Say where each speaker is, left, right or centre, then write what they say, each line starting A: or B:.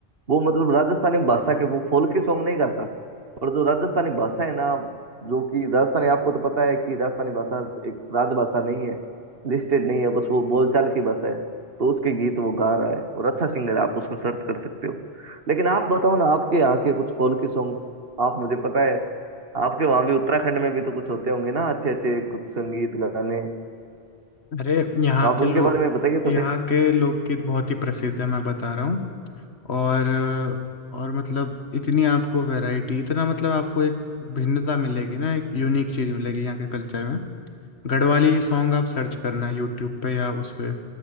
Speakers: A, on the right; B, on the left.
A: वो मतलब राजस्थानी भाषा के वो फोल्क सॉन्ग नहीं गाता पर जो राजस्थानी भाषा है ना जो कि राजस्थानी आपको तो पता है कि राजस्थानी भाषा एक राजभाषा नहीं है लिस्टेड नहीं है बस वो बोलचाल की भाषा है तो उसके गीत वो गा रहा है और अच्छा सिंगर है आप उसको सर्च कर सकते हो लेकिन आप बताओ ना आपके यहाँ के कुछ फोल्क सॉन्ग आप मुझे पता है आपके वहां भी उत्तराखंड में भी तो कुछ होते होंगे ना अच्छे अच्छे कुछ संगीत गाने
B: अरे यहाँ
A: तो आप
B: के
A: उनके
B: लोग
A: बारे में बताइए थोड़े
B: यहाँ के लोकगीत बहुत ही प्रसिद्ध है मैं बता रहा हूँ और और मतलब इतनी आपको वैरायटी इतना मतलब आपको एक भिन्नता मिलेगी ना एक यूनिक चीज मिलेगी यहाँ के कल्चर में गढ़वाली सॉन्ग आप सर्च करना यूट्यूब पे या उस पे